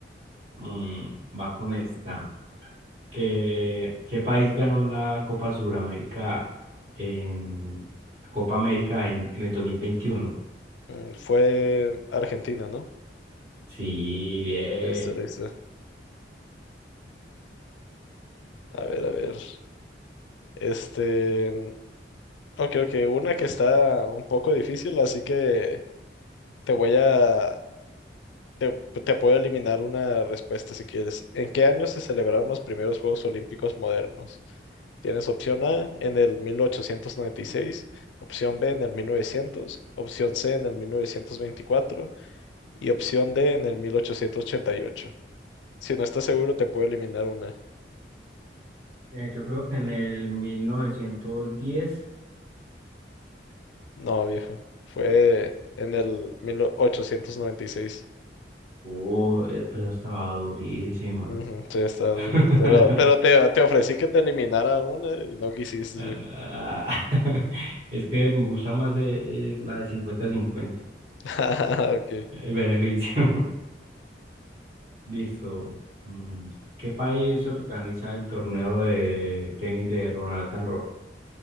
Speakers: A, on the right; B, on the left.
A: Mm, va con esta. ¿Qué, qué país ganó la Copa Suramérica en la Copa América en, en el 2021?
B: Mm, Fue Argentina, ¿no?
A: Sí, bien.
B: Listo, listo. A ver, a ver. Este. mm, Ok, ok. Una que está un poco difícil, así que te voy a. Te, te puedo eliminar una respuesta si quieres. ¿En qué año se celebraron los primeros Juegos Olímpicos modernos? Tienes opción A en el 1896, opción B en el 1900, opción C en el 1924 y opción D en el 1888. Si no estás seguro, te puedo eliminar una.
A: Eh, yo creo que en el 1910.
B: No, viejo. Fue en el mil ochocientos noventa y seis
A: Uh, eh, pues estaba durísima.
B: Ujú, sí, está duro.
A: <laughs>
B: Pero, pero te, te ofrecí que te eliminara una y no quisiste,
A: Ah,
B: viejo.
A: <laughs> Es que me gusta más eh, eh, la de cincuenta cincuenta,
B: <laughs> Ok.
A: El beneficio. Listo. Mm, ¿Qué país organiza el torneo de tenis de Ronald Garros?